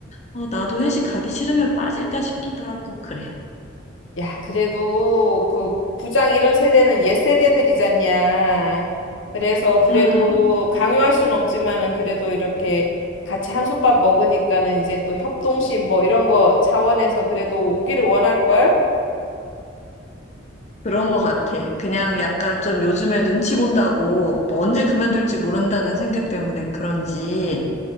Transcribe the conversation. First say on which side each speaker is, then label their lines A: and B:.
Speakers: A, on the left; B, on the left.
A: 어, 나도 회식 가기 싫으면 빠질까 싶기도 하고, 그래.
B: 야, 그래도 그 부장 이런 세대는 옛 세대들이잖냐. 그래서 그래도
A: 음,
B: 강요할 순 없지만은 그래도 이렇게 같이 한솥밥 먹으니까는 이제 또 협동심 뭐 이런 거 차원에서 그래도 오기를 원할걸?
A: 그런 거 같아. 그냥 약간 좀 요즘에 눈치 본다고, 뭐 언제 그만둘지 모른다는 생각 때문에 그런지,